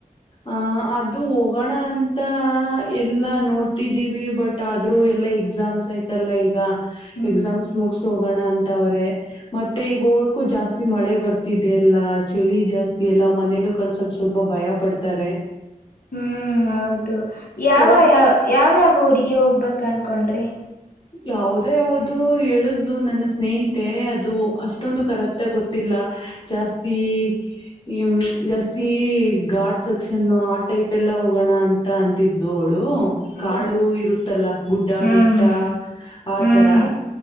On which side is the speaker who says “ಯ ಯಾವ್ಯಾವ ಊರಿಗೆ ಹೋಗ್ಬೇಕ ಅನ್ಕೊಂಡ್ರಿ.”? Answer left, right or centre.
Left